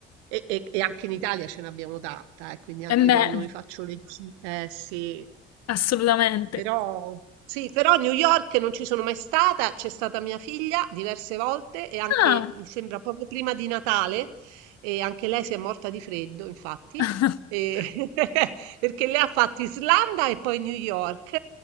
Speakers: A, on the right; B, on the left.
A: E, e- e anche in Italia ce n'abbiamo tanta, eh, quindi anche
B: E beh.
A: quando mi faccio le gite, eh, sì.
B: Assolutamente.
A: Però, sì, però a New York non ci sono mai stata, c'è stata mia figlia diverse volte e anche,
B: Ah,
A: mi sembra, proprio prima di Natale, e anche lei si è morta di freddo, infatti,
B: <laughs>
A: e- <laughs> perché lei ha fatto Islanda e poi New York.